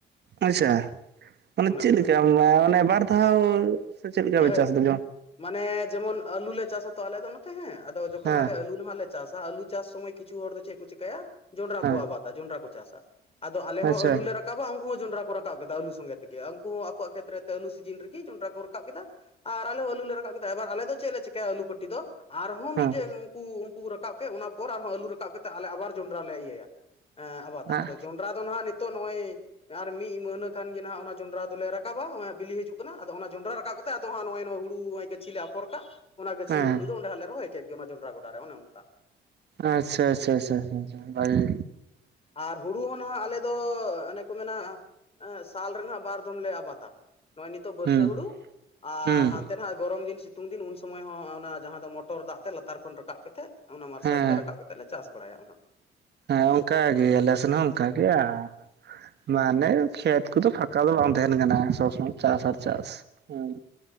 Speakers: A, on the right; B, on the left.
A: ᱟᱪᱪᱷᱟ ᱢᱟᱱᱮ
B: ᱚᱱᱮ
A: ᱪᱮᱫ
B: ᱚᱱᱠᱟ
A: ᱞᱮᱠᱟ ᱵᱟᱨ ᱫᱷᱟᱣ ᱥᱮ ᱪᱮᱫ ᱞᱮᱠᱟ ᱯᱮ
B: ᱦᱳᱭ
A: ᱪᱟᱥ
B: ᱦᱳᱭ
A: ᱮᱫᱟ ᱡᱚᱱ
B: ᱢᱟᱱᱮ ᱡᱮᱢᱚᱱ ᱟᱹᱞᱩ ᱞᱮ ᱪᱟᱥᱟ ᱛᱚ ᱟᱞᱮ ᱫᱚ ᱱᱚᱛᱮ ᱦᱮᱸ ᱟᱫᱚ ᱡᱚᱠᱷᱚᱱ
A: ᱦᱮᱸ
B: ᱟᱞᱮ ᱟᱞᱩ ᱱᱟᱦᱟᱜᱞᱮ ᱪᱟᱥᱟ ᱟᱹᱞᱩ ᱪᱟᱥ ᱥᱚᱢᱚᱭ ᱠᱤᱪᱷᱩ ᱦᱚᱲ ᱫᱚ ᱪᱮᱫ ᱠᱚ ᱪᱮᱠᱟᱭᱟ ᱡᱚᱸᱰᱨᱟ
A: ᱦᱮᱸ
B: ᱠᱚ ᱟᱵᱟᱫᱟ ᱡᱚᱸᱰᱨᱟ ᱠᱚ ᱪᱟᱥᱟ ᱟᱫᱚ ᱟᱞᱮ ᱦᱚᱸ
A: ᱟᱪᱪᱷᱟ
B: ᱟᱞᱩ ᱞᱮ ᱨᱟᱠᱟᱵᱟ ᱩᱱᱠᱩ ᱦᱚᱸ ᱡᱚᱸᱰᱨᱟ ᱠᱚ ᱨᱟᱠᱟᱵ ᱠᱮᱫᱟ ᱟᱞᱩ ᱥᱚᱝᱜᱮ ᱛᱮᱜᱮ ᱩᱱᱠᱩ ᱦᱚᱸ ᱟᱠᱚᱣᱟᱜ ᱠᱷᱮᱛᱨᱮ ᱟᱹᱞᱩ ᱥᱤᱡᱤᱱ ᱨᱮᱜᱮ ᱡᱚᱸᱰᱨᱟ ᱠᱚ ᱨᱟᱠᱟᱵ ᱠᱮᱫᱟ ᱟᱨ ᱟᱞᱮ ᱦᱚᱸ ᱟᱹᱞᱩ ᱞᱮ ᱨᱟᱠᱟᱵ ᱠᱮᱫᱟ ᱮᱵᱟᱨ ᱟᱞᱮ ᱫᱚ ᱪᱮᱫ ᱞᱮ ᱪᱤᱠᱟᱹᱭᱟ ᱟᱹᱞᱩ ᱯᱟᱹᱴᱤ ᱫᱚ ᱟᱨᱦᱚᱸ ᱢᱤᱫᱴᱮᱱ
A: ᱦᱮᱸ
B: ᱩᱱᱠᱩ ᱩᱱᱠᱩ ᱨᱟᱠᱟᱵ ᱠᱮᱫ ᱚᱱᱟ ᱯᱚᱨ ᱟᱨᱦᱚᱸ ᱟᱹᱞᱩ ᱨᱟᱠᱟᱵ ᱠᱟᱛᱮ ᱟᱞᱮ ᱟᱵᱟᱨ ᱡᱚᱸᱰᱨᱟ ᱞᱮ ᱤᱭᱟᱹᱭᱟ ᱟᱵᱟᱫᱟ
A: ᱦᱮᱸ
B: ᱟᱫᱚ ᱡᱚᱸᱰᱨᱟ ᱫᱚ ᱱᱟᱦᱟᱜ ᱱᱤᱛ ᱛᱚ ᱱᱚᱜᱼᱚᱭ ᱟᱨ ᱢᱤᱫ ᱢᱟᱹᱦᱱᱟᱹ ᱠᱷᱟᱱ ᱜᱮ ᱱᱟᱦᱟᱜ ᱚᱱᱟ ᱡᱚᱸᱰᱨᱟ ᱫᱚᱞᱮ ᱨᱟᱠᱟᱵᱟ ᱵᱤᱞᱤ ᱦᱤᱡᱩᱜ ᱠᱟᱱᱟ ᱟᱫᱚ ᱚᱱᱟ ᱡᱚᱸᱰᱨᱟ ᱨᱟᱠᱟᱵ ᱠᱟᱛᱮ ᱟᱫᱚ ᱦᱟᱸᱜ ᱱᱚᱭ-ᱚᱭ ᱱᱚ ᱦᱩᱲᱩ ᱜᱟᱪᱷᱤ ᱞᱮ ᱟᱯᱷᱚᱨ ᱠᱟᱜᱼᱟ ᱚᱱᱟ ᱜᱟᱹᱪᱷᱤ
A: ᱦᱮᱸ
B: ᱦᱩᱲᱩ ᱫᱚ ᱚᱸᱰᱮ ᱦᱟᱸᱜ ᱞᱮ ᱨᱚᱦᱚᱭ ᱠᱮᱫ ᱜᱮ ᱚᱱᱟ ᱡᱚᱸᱰᱨᱟ ᱜᱚᱰᱟ ᱨᱮ ᱚᱱᱮ ᱚᱱᱠᱟ
A: ᱟᱪᱪᱷᱟ ᱟᱪᱪᱷᱟ ᱟᱪᱪᱷᱟ ᱵᱷᱟᱭᱮ
B: ᱟᱨ ᱦᱩᱲᱩ ᱦᱚᱸ ᱱᱟᱦᱟᱜ ᱟᱞᱮᱫ ᱫᱚ ᱚᱱᱮ ᱠᱚ ᱢᱮᱱᱟ ᱥᱟᱞ ᱨᱮᱱᱟᱜ ᱵᱟᱨ ᱫᱷᱚᱢ ᱞᱮ ᱟᱵᱟᱛᱟ ᱱᱚᱜᱼᱚᱭ ᱱᱤᱛᱚᱜ ᱵᱟᱹᱨᱥᱟᱹ
A: ᱦᱩᱸ
B: ᱦᱩᱲᱩ ᱟᱨ
A: ᱦᱩᱸ
B: ᱦᱟᱱᱛᱮ ᱱᱟ ᱜᱚᱨᱚᱢ ᱫᱤᱱ ᱥᱤᱛᱩᱝ ᱫᱤᱱ ᱩᱱ ᱥᱩᱚᱢᱚᱭ ᱦᱚᱸ ᱚᱱᱟ ᱡᱟᱦᱟᱸ ᱫᱚ ᱢᱚᱴᱚᱨ ᱫᱟᱜ ᱛᱮ ᱞᱟᱛᱟᱨ ᱠᱷᱚᱱ ᱨᱟᱠᱟᱵ ᱠᱟᱛᱮ ᱚᱱᱟ ᱢᱟᱨᱥᱟᱞ
A: ᱦᱮᱸ
B: ᱛᱮ ᱨᱟᱠᱟᱵ ᱠᱟᱛᱮ ᱞᱮ ᱪᱟᱥ ᱵᱟᱲᱟᱭᱟ ᱚᱱᱟ
A: ᱦᱮᱸ ᱚᱱᱠᱟᱜᱮ ᱟᱞᱮ ᱥᱮᱱ ᱦᱚᱸ ᱚᱱᱠᱟᱜᱮ ᱟᱨ ᱢᱟᱱᱮ ᱠᱷᱮᱛ ᱠᱚᱫᱚ ᱯᱷᱟᱠᱟ ᱫᱚ ᱵᱟᱝ ᱛᱟᱦᱮᱱ ᱠᱟᱱᱟ ᱥᱚᱵᱽ ᱥᱚᱢᱚᱭ ᱪᱟᱥ ᱟᱨ ᱪᱟᱥ ᱦᱮᱸ